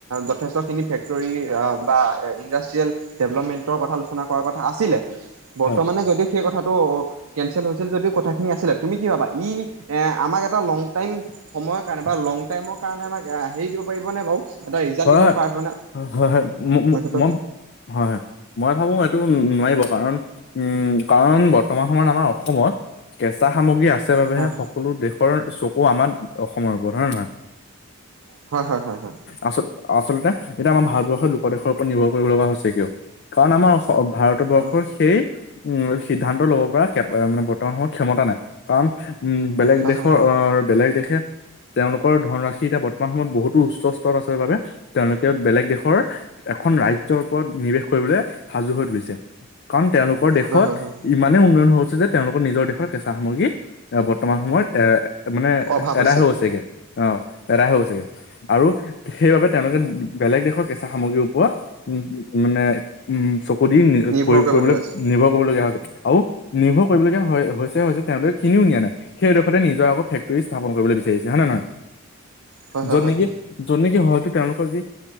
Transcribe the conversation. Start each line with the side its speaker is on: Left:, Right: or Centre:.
Right: যথেষ্ট খিনি ফেক্টৰী বা ইণ্ডাষ্ট্ৰিয়েল ডেভেলপমেণ্টৰ কথা আলোচনা কৰাৰ কথা আছিলে, বৰ্তমানে
Left: হয়
Right: যদিও সেই কথাটো কেনচেল হৈছিল যদিও কথাখিনি আছিলে, তুমি কি ভাবা সি এ আমাক এটা লং টাইম সময়ৰ কাৰণে বা লং টাইমৰ কাৰণে আমাক হেৰি দিব পাৰিব নে বাৰু এটা ৰিজাল্ট
Left: হয়
Right: দিব
Left: হয়
Right: পাৰিব
Left: হয় হয় ম- ম-
Right: ন <unintelligible>
Left: মই হয়, মই ভাবো এইটো নোৱাৰিব কাৰণ উম, কাৰণ বৰ্তমান সময়ত আমাৰ অসমত কেঁচা সামগ্ৰী আছ আছে বাবেহে
Right: হয়
Left: সকলো দেশৰ চকু আমাৰ অসমৰ ওপৰত হয় নাই?
Right: হয়, হয়, হয়, হয়।
Left: আচ-আচলতে এতিয়া আমাৰ ভাৰতবৰ্ষৰ লোক দেশৰ ওপৰত নিৰ্ভৰ কৰিব লগা হৈছে কিয়, কাৰণ আমাৰ ভাৰতবৰ্ষৰ
Right: হয়
Left: সেই উম, সিদ্ধান্ত ল'ব পৰা মানে বৰ্তমান সময়ত ক্ষমতা নাই কাৰণ উম, বেলেগ
Right: হয়
Left: দেশৰ
Right: হয়
Left: অ', বেলেগ দেশে তেওঁলোকৰ ধনৰাশি এতিয়া বৰ্তমান সময়ত বহুতো উচ্চ স্তৰত আছে বাবে তেওঁলোকে বেলেগ দেশৰ এখন ৰাজ্যৰ ওপৰত নিৱেশ কৰিবলে সাজু হৈ তুলিছে। কাৰণ তেওঁলোক দেশত
Right: হয় হয় হয়
Left: ইমানেই উন্নয়ন হৈছে যে, তেওঁলোকৰ নিজৰ দেশৰ কেঁচা সামগ্ৰী এ বৰ্তমান সময়ত এ মানে,
Right: অভাৱ হৈছে
Left: এদাই হৈ গৈছেগে। অ', এদাই হৈ গৈছেগে, আৰু সেইবাবে <unintelligible> বেলেগ দা কেচা সামগ্ৰীৰ ওপৰত <unintelligible>
Right: নিৰ্ভৰ
Left: প্ৰয়োগ
Right: কৰিবলগীয়া
Left: কৰিবলৈ
Right: হৈছে
Left: নিৰ্ভৰ কৰিবলগীয়া হয়, আৰু নিৰ্ভৰ কৰিবলগীয়া হৈছে-হৈছে তেওঁলোকে কিনিও নিয়া নাই। সেইডোখতে নিজে আকৌ ফেক্টৰী স্থাপন কৰিব বিচাৰিছে হয়নে নহয়?
Right: হয় হয়
Left: য'ত
Right: হয়
Left: নেকি, য'ত নেকি, হয়তো তেওঁলোকৰ যি